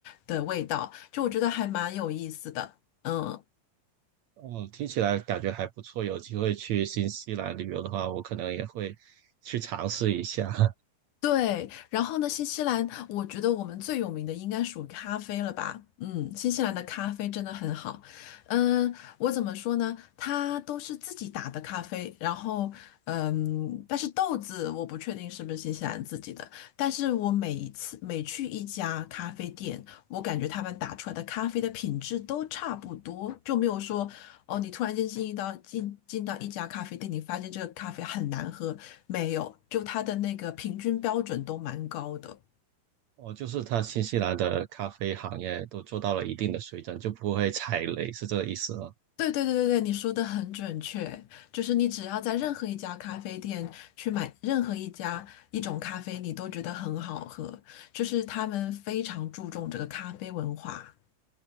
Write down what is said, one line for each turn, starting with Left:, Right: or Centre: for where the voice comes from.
Left: 的味道，就我觉得还蛮有意思的。嗯，
Right: 哦，听起来感觉还不错。有机会去新西兰旅游的话，我可能也会去尝试一下。<laughs>
Left: 对，然后呢，新西兰，我觉得我们最有名的应该属于咖啡了吧？嗯，新西兰的咖啡真的很好。嗯，我怎么说呢？它都是自己打的咖啡，然后嗯，但是豆子我不确定是不是新西兰自己的，但是我每一次每去一家咖啡店，我感觉他们打出来的咖啡的品质都差不多，就没有说哦，你突然间进一到进进到一家咖啡店，你发现这个咖啡很难喝，没有，就它的那个平均标准都蛮高的。
Right: 哦，就是它新西兰的咖啡行业都做到了一定的水准，就不会踩雷，是这个意思吗？
Left: 对对对对对，你说的很准确，就是你只要在任何一家咖啡店去买任何一家一种咖啡，你都觉得很好喝，就是他们非常注重这个咖啡文化。